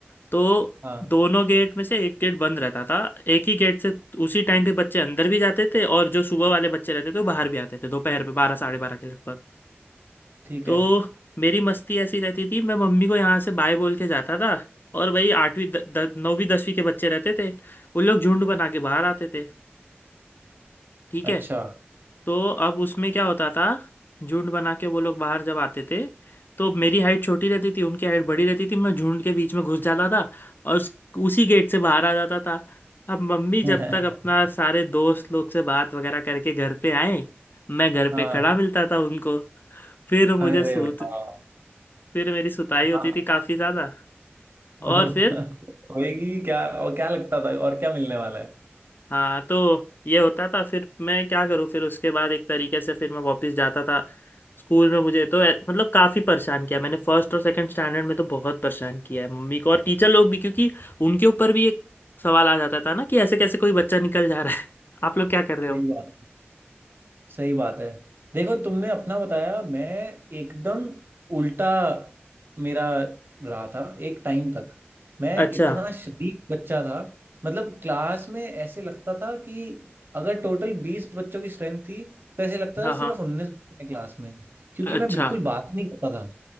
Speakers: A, on the left; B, on the right.
A: तो
B: हाँ
A: दोनों गेट में से एक गेट बंद रहता था एक ही गेट से उसी टाइम पे बच्चे अंदर भी जाते थे और जो सुबह वाले बच्चे रहते थे वो बाहर भी आते थे दोपहर पे बारह साढ़े बारह के लगभग
B: ठीक
A: तो
B: है
A: मेरी मस्ती ऐसी रहती थी मैं मम्मी को यहाँ से बाय बोल के जाता था और वही आठवीं द, द, नौवीं दसवीं के बच्चे रहते थे उन लोग झुंड बना के बाहर आते थे ठीक है
B: अच्छा
A: तो अब उसमें क्या होता था झुंड बना के वो लोग बाहर जब आते थे तो मेरी हाइट छोटी रहती थी उनकी हाइट बड़ी रहती थी मैं झुंड के बीच में घुस जाता था और उस, उसी गेट से बाहर आ जाता था अब मम्मी
B: <laughs>
A: जब तक अपना सारे दोस्त लोग से बात वगैरह करके घर पे आए मैं घर
B: हाँ
A: पे खड़ा मिलता था उनको फिर मुझे
B: अरे
A: सूत
B: वाह
A: फिर मेरी सुताई
B: हाँ
A: होती थी काफ़ी ज़्यादा
B: <laughs>
A: और फिर
B: होएगी क्या और क्या लगता था और क्या मिलने वाला है
A: हाँ तो ये होता था फिर मैं क्या करूँ फिर उसके बाद एक तरीके से फिर मैं वापस जाता था स्कूल में मुझे तो ऐ- मतलब काफ़ी परेशान किया मैंने फर्स्ट और सेकंड स्टैंडर्ड में तो बहुत परेशान किया है मम्मी को और टीचर लोग भी क्योंकि उनके ऊपर भी एक सवाल आ जाता था ना कि ऐसे कैसे कोई बच्चा निकल जा रहा है <laughs> आप लोग क्या कर रहे
B: सही
A: हो
B: बात सही बात है देखो तुमने अपना बताया मैं एकदम उल्टा मेरा रहा था एक टाइम तक मैं
A: अच्छा
B: इतना शरीफ बच्चा था मतलब क्लास में ऐसे लगता था कि अगर टोटल बीस बच्चों की स्ट्रेंथ थी तो ऐसे लगता
A: हाँ
B: था
A: हाँ
B: सिर्फ उन्नीस बच्चे हैं क्लास में क्योंकि
A: अच्छा
B: मैं बिल्कुल बात नहीं करता था